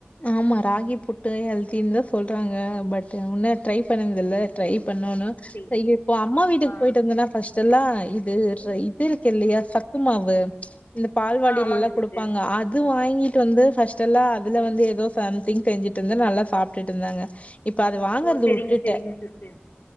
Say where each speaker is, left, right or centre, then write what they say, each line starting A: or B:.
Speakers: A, on the left; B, on the left.
A: ஆமா ராகி புட்டு ஹெல்தின்னு தான் சொல்றாங்க பட் உன்ன ட்ரை பண்ணது இல்ல ட்ரை பண்ணணு
B: சே
A: இப்போ அம்மா வீட்டுக்கு
B: ஆ
A: போயிட்டு வந்தேனா பஸ்ட் செல்லா இது இது இருக்கு இல்லையா சத்து மாவு இந்த பால்வாடில
B: ஆ ஆமாங்க
A: லாம்
B: சிஸ்டர்
A: கொடுப்பாங்க அது வாங்கிட்டு வந்து பர்ஸ்டெல்லாஎ அதுல வந்து ஏதோ சம்திங் செஞ்சுட்டு இருந்த நல்லா சாப்டுட்டு இருந்தாங்க இப்ப அது வாங்கறது
B: ஓ செரிங்க
A: உட்டுட்டேன்.
B: செரிங்க சிஸ்டர்